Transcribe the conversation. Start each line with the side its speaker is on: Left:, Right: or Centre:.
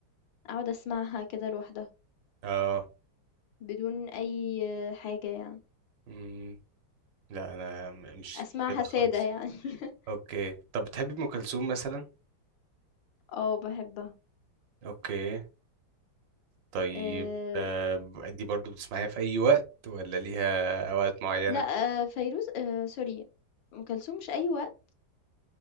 Left: أقعد أسمعها كده لوحدها،
Right: اه
Left: بدون أي حاجة يعني،
Right: مم. لا أنا م- مش
Left: أسمعها
Right: كده خالص
Left: سادة يعني.
Right: يعني.
Left: <laughs>
Right: أوكي طب بتحبي أم كلثوم مثلا
Left: اه بحبها
Right: أوكي طيب
Left: أه
Right: آه، ب- دي برضو بتسمعيها في أي وقت ولا ليها أوقات معينة
Left: لا أه فيروز أه سوري ام كلثوم مش اي وقت